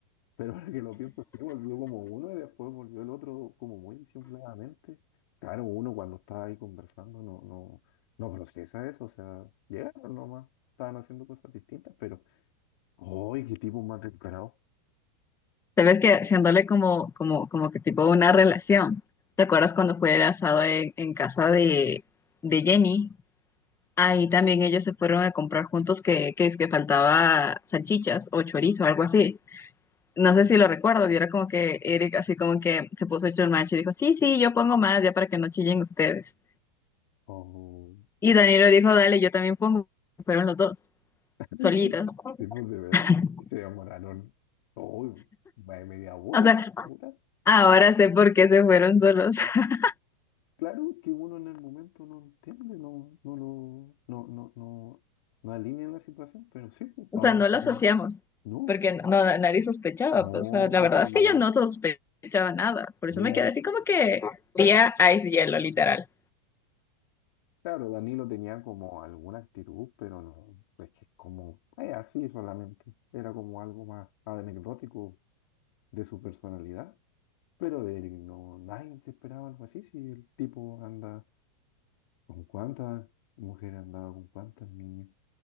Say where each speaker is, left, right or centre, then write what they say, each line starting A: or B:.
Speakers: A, on the left; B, on the left.
A: pero ahora que lo pienso, sí, volvió como uno y después volvió el otro como muy disimuladamente. Claro, uno cuando está ahí conversando no, no, no procesa eso, o sea, llegaron nomás, estaban haciendo cosas distintas, pero ¡ay, qué tipo más descarado!
B: Sabes que haciéndole como, como, como que tipo una relación. ¿Te acuerdas cuando fue el asado en, en casa de, de Jenny? Ahí también ellos se fueron a comprar juntos que, que es que faltaba salchichas o chorizo o algo así. No sé si lo recuerdo, y era como que Eric así como que se puso hecho el macho y dijo, sí, sí, yo pongo más ya para que no chillen ustedes.
A: Oh.
B: Y Danilo dijo, dale, yo también pongo. Fueron los dos,
A: <laughs>
B: solitos.
A: Tipo de veras.
B: <laughs>
A: Se demoraron todo, más de media hora,
B: O sea,
A: hora.
B: ahora sé por qué se fueron solos. <laughs>
A: Claro que uno en el momento no entiende, no, no lo, no, no, no, no alinea la situación, pero sí, pues,
B: O
A: ahora
B: sea, no lo
A: que
B: asociamos,
A: no,
B: porque no, no, na- nadie sospechaba.
A: no,
B: pues, o sea, la
A: pues
B: verdad
A: sí.
B: es que yo no sospechaba nada. Por
A: De
B: eso me
A: la-
B: quedé así como que tía ice hielo, literal.
A: claro, Danilo tenía como alguna actitud, pero no, es que como, eh, así solamente. Era como algo más anecdótico de su personalidad. Pero de él no, nadie se esperaba algo así, si el tipo anda ¿Con cuántas mujeres andaba? ¿Con cuántos niños?